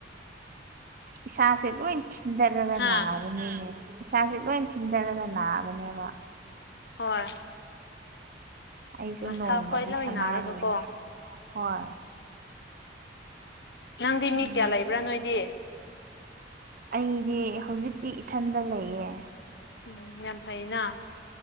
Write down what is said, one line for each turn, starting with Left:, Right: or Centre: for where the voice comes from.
Right: ꯏꯆꯥꯥ ꯑꯁ ꯂ ꯏ ꯊꯤꯟꯊꯔꯒ
Left: ꯍꯥ
Right: ꯅꯥꯕꯅꯤꯅꯦ ꯏꯁꯥꯁꯦ ꯂꯣꯏ ꯊꯤꯟꯊꯔꯒ ꯅꯥꯕꯅꯦꯕ
Left: ꯍꯣꯏ
Right: ꯑꯩꯁꯨ
Left: ꯃꯁꯥ
Right: ꯅꯣꯡꯃꯗꯤ
Left: ꯈꯣꯏ ꯂꯣꯏꯅꯔꯒ
Right: ꯁꯥꯟꯅꯔꯨꯔꯦ
Left: ꯀꯣ
Right: ꯍꯣꯏ
Left: ꯅꯪꯗꯤ
Right: ꯎꯝ
Left: ꯃꯤ ꯀꯌꯥ ꯂꯩꯕ꯭ꯔꯥ ꯅꯣꯏꯗꯤ
Right: ꯑꯩꯗꯤ ꯍꯧꯖꯤꯛꯇꯤ ꯏꯊꯟꯗ ꯂꯩꯌꯦ
Left: ꯎꯝ ꯌꯥꯝ ꯐꯩꯅ